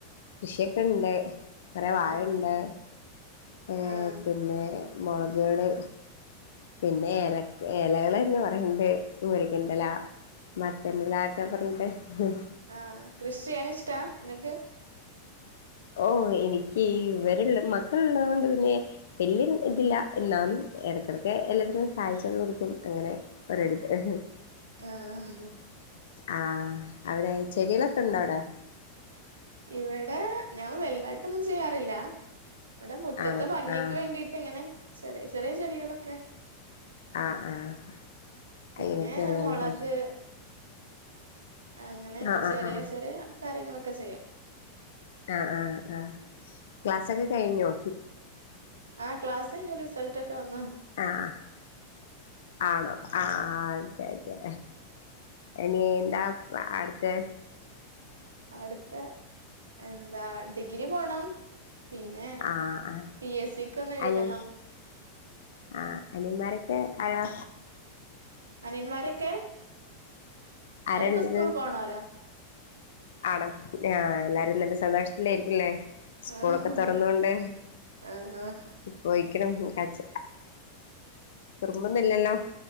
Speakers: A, on the left; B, on the right.
A: കൃഷിയൊക്കെ ഇണ്ട് കുറെ വാഴ
B: ആഹ്
A: ഉണ്ട്
B: ആഹ്
A: ഏഹ്
B: ആഹ്
A: പിന്നെ മുളകേടി പിന്നെ എല എലകൾ തന്നെ കുറേണ്ട് മുരിങ്ങന്റെ ഇല മത്തന്നില ക്കെ പറഞ്ഞി ട്ട്
B: ആഹ് കൃഷി ചെയ്യാൻ ഇഷ്ടാ നിങ്ങൾക്ക്
A: ഓഹ് എനിക്ക് ഇവരുള്ള മക്കള് ഉള്ളത് കൊണ്ട് പിന്നെ വല്യ ഇതില്ല എന്നാലും ഇടക്കിടക്ക് എല്ലാത്തിനും സഹായിച്ചു കൊടുക്കും അങ്ങനെ <unintelligible>
B: ആഹ് ഹ്
A: ആഹ് അവിടെ ചെടികളൊക്കെ ഉണ്ടോ അവിടെ
B: ഇവിടെ ഞങ്ങൾ വലുതായിട്ടൊന്നും ചെയ്യാറില്ല ഇവിടെ മുറ്റത്തെ
A: ആണോ
B: ഭംഗിക്ക്
A: ആഹ്
B: വേണ്ടിട്ട് ഇങ്ങനെ ചെറിയ ചെറിയ ചെടികളൊക്കെ
A: ആഹ് ആഹ്
B: പിന്നെ
A: അങ്ങനെയൊക്കെയല്ലേ
B: മുളക്
A: ഉള്ളത്
B: അങ്ങനെ
A: ആഹ്
B: ചെറിയ
A: ആഹ് ആഹ്
B: ചെറിയ കാര്യങ്ങളൊക്കെ ചെയ്യും
A: ആഹ് ആഹ് ആഹ് ക്ലാസ്സൊക്കെ കഴിഞ്ഞോ
B: ആഹ് ക്ലാസ് കഴിഞ്ഞു റിസൾട്ട് ഒക്കെ വന്നു
A: ആഹ് ആണോ ആഹ് ഓക്കെ ഓക്കെ ഇനി എന്താ അട്ത്തെ
B: അടുത്തെ എന്താ ഡിഗ്രി പോണം പിന്നെ
A: ആഹ് ആഹ്
B: പി എ സി ക്കൊന്ന് എഴുതണം
A: അനി ആഹ് അനിയമാരൊക്കെ ആയാ?
B: അനിയന്മാരെക്കെ?
A: ആരാ
B: അവരൊക്കെ
A: ഉള്ളത്
B: സ്കൂള് പോണോല
A: ആണോ? ആഹ് എല്ലാരും നല്ല സന്തോഷത്തിലായിരിക്കുല്ലേ? സ്കൂളൊക്കെ
B: ആഹ്
A: തൊറന്നോണ്ട്
B: ആഹ്
A: പോയിരിക്ക്ണു കരച്ചി കുറുമ്പൊന്നുല്ലല്ലോ?